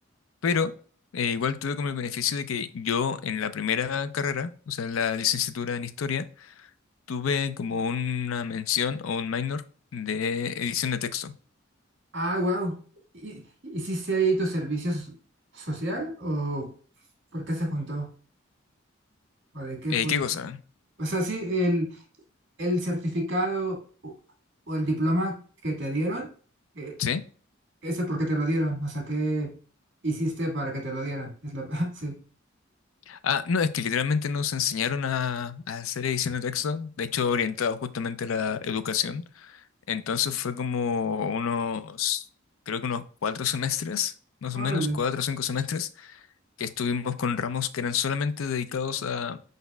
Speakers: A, on the left; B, on the right.
A: pero eh, igual tuve como el beneficio de que yo en la primera carrera, o sea, en la licenciatura en historia, tuve como una mención o un minor de edición de texto.
B: Ah, wow. ¿Y, hiciste ahí tu servicio so- social o por qué se juntó? ¿O de qué
A: Eh,
B: fue?
A: ¿qué cosa?
B: O sea, sí, el, el certificado o, o el diploma que te dieron, eh,
A: ¿Sí?
B: eso porque te lo dieron. O sea, ¿qué hiciste para que te lo dieran? Es la, <laughs> sí.
A: Ah, no, es que literalmente nos enseñaron a, a hacer edición de texto, de hecho orientado justamente a la educación. Entonces fue como unos, creo que unos cuatro semestres, más
B: Órale,
A: o menos, cuatro o cinco semestres, que estuvimos con ramos que eran solamente dedicados a,